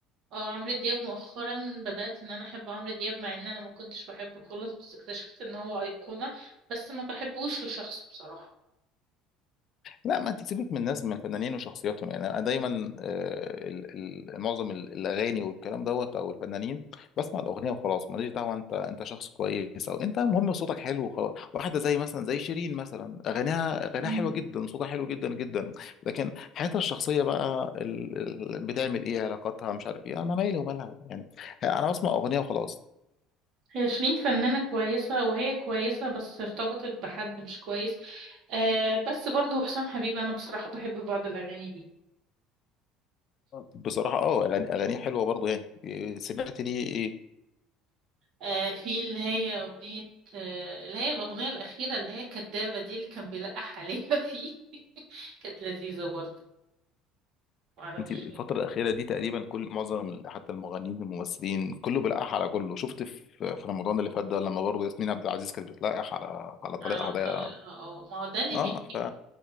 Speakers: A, on the right; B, on the left.
A: اه عمرو دياب مؤخرا بدأت ان انا احب عمرو دياب مع ان انا ما كنتش بحبه خالص بس اكتشفت ان هو أيقونة بس ما بحبوش لشخصه بصراحة
B: لا ما انت سيبك من الناس من الفنانين وشخصياتهم يعني انا دايما آه، ال- ال- معظم ال- الاغاني والكلام دوت او الفنانين بسمع الاغنيه وخلاص ماليش دعوه انت انت شخص كويس او انت المهم صوتك حلو وخلاص واحده زي مثلا زي شيرين مثلا اغانيها اغانيها
A: مم.
B: حلوه جدا صوتها حلو جدا جدا لكن حياتها الشخصيه بقى ال- ال- بتعمل ايه علاقاتها مش عارف ايه انا مالي ومالها يعني انا بسمع اغنيه وخلاص
A: هي شيرين فنانة كويسة وهي كويسة بس ارتبطت بحد مش كويس آه بس برضو حسام حبيب أنا بصراحة بحب بعض الأغاني دي
B: بصراحه اه اغاني اغانيها حلوه برضو يعني إيه، سمعت ليه ايه
A: آه في اللي هي أغنية آه اللي هي الأغنية الأخيرة اللي هي كدابة دي اللي كان بيلقح عليها <laughs> فيه كانت لذيذة برضو معرفش
B: انت الفترة الأخيرة دي تقريبا كل معظم حتى المغنيين والممثلين كله بيلقح على كله شفت في في رمضان اللي فات ده لما برضه ياسمين عبد العزيز كانت بتلقح على على طليقها
A: على طريقها
B: ده
A: اه ما هو ده اللي
B: اه
A: بيجيب
B: ف